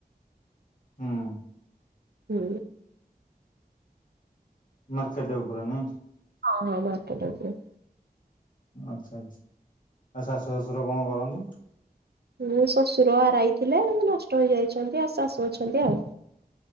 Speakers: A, on the left (about 55°); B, on the right (about 85°).
A: ହୁଁ।
B: ହୁଁ।
A: ମାର୍କେଟ୍ ଉପରେ ନାଇଁ?
B: ହଁ ହଁ ମାର୍କେଟ ଉପରେ।
A: ଆଚ୍ଛା ଆଚ୍ଛା ଆଉ ଶାଶୁ ଶଶୁର କଣ କରନ୍ତି?
B: ମୋ ଶ୍ୱଶୁର ଆରାଇ ଥିଲେ ନଷ୍ଟ ହେଇଯାଇଛନ୍ତି ଆଉ ଶାଶୁ ଅଛନ୍ତି ଆଉ।